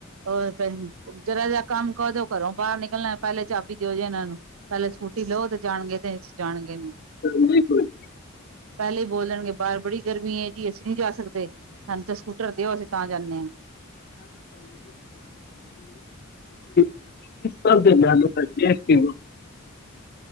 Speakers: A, on the right; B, on the left.
A: ਉਹ ਜਰਾ ਜਿਹਾ ਕੰਮ ਕਹੋ ਘਰੋਂ ਬਾਹਰ ਨਿਕਲਣਾ, ਪਹਿਲੇ ਚਾਬੀ ਦਿਓ ਜੀ ਇਹਨਾਂ ਨੂੰ ਪਹਿਲੇ ਸਕੂਟੀ ਲਓ ਤੇ ਜਾਣਗੇ ਤੇ ਜਾਣਗੇਨੀ <inaudible>
B: ਕੋਈ <inaudible>
A: ਪਹਿਲੇ ਹੀ ਬੋਲਣਗੇ ਬਾਹਰ ਬੜੀ ਗਰਮੀ ਹੈ, ਜੀ ਅਸੀਂ ਨਹੀਂ ਜਾ ਸਕਦੇ ਸਾਨੂੰ ਤਾਂ ਸਕੂਟਰ ਦਿਓ, ਅਸੀਂ ਤਾਂ ਜਾਂਦੇ ਹਾਂ।
B: ਕਿਸ ਤਰ ਦੇ ਜਾਨ ਕਰ ਵ <inaudible>